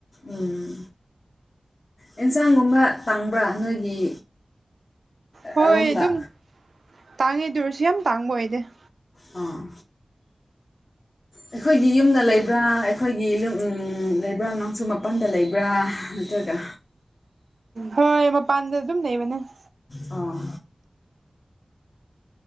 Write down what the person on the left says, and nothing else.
ꯎꯝ ꯑꯦꯟꯁꯥꯡꯒꯨꯝꯕ ꯇꯥꯡꯕ꯭ꯔꯥ ꯅꯣꯏꯒꯤ?
ꯑꯔꯣꯝꯗ
ꯑꯥ ꯑꯩꯈꯣꯏꯒꯤ ꯌꯨꯝꯗ ꯂꯩꯕ꯭ꯔꯥ ꯑꯩꯈꯣꯏꯒꯤ ꯂꯨꯝ ꯎꯝ ꯂꯩ ꯕ꯭ꯔꯥ ꯑꯉꯥꯡꯁꯨ ꯃꯄꯥꯟꯗ ꯂꯩꯕ꯭ꯔꯥ ꯅꯠꯇ꯭ꯔꯒ
ꯑ‌ꯣ